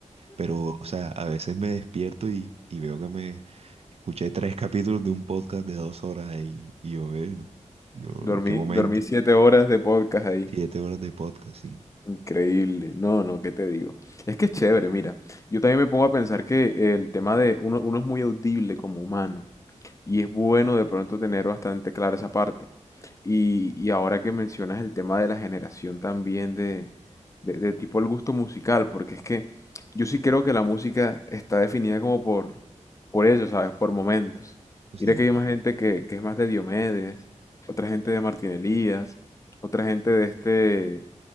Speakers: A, on the right (about 50°); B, on the left (about 25°).
A: Pero, o sea, a veces me despierto y, y veo que me escuché tres capítulos de un podcast de dos horas ahí y yo veo, yo,
B: Dormí,
A: ¿en qué momento?
B: dormí siete horas de podcast ahí.
A: Siete horas de podcast, sí.
B: Increíble. No, no, ¿qué te digo? Es que es chévere, mira. Yo también me pongo a pensar que el tema de uno, uno es muy audible como humano y es bueno de pronto tener bastante clara esa parte. Y, y ahora que mencionas el tema de la generación también de, de, de tipo el gusto musical, porque es que yo sí creo que la música está definida como por, por eso, ¿sabes? Por momentos. Mira
A: Sí.
B: que hay más gente que, que es más de Diomedes, otra gente de Martín Elías, otra gente de este...